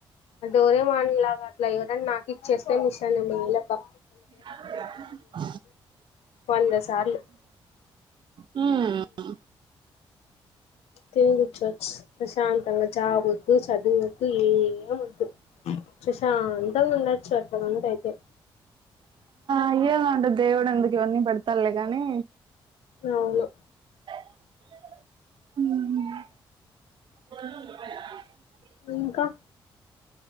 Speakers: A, on the left; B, on the right.
A: డోరేమాన్ లాగా అట్లా ఎవరన్నా నాకు ఇచ్చేస్తే మిషన్ మీళ బ
B: హు
A: వంద సార్లు
B: హు
A: తినిగుర్చోవచ్చు ప్రశాంత జాబ్ ఒద్దు చ్ చదువు వద్దు ఏమి వద్దు ప్రశాంతంగా ఉండచ్చు అట్లా గనక అయితే
B: అయ్యవంటే దేవుడు ఎందుకు ఇవన్నీ పెడతాడులే కాని
A: అవును
B: హు
A: ఇంకా